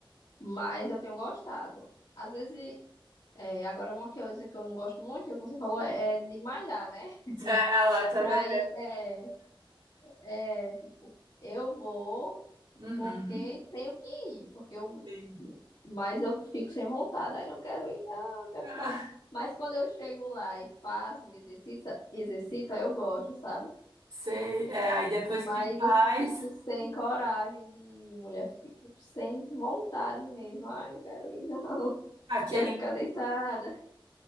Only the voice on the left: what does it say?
mas eu tenho gostado. Às vezes, é, agora uma coisa que eu não gosto muito, é o que você falou, é de malhar, né? <laughs>
Pra
ir, é, é, tipo, eu vou.
porque tenho que ir, porque eu,
mas eu fico sem vontade, aí não quero ir, não, não quero
ir, não. Mas quando eu chego lá e faço, me exercita, exercita, eu gosto, sabe?
Mas
eu fico sem coragem de ir, mulher, fico sem vontade mesmo. Ai, não quero ir, não. <laughs>
Quero ficar deitada.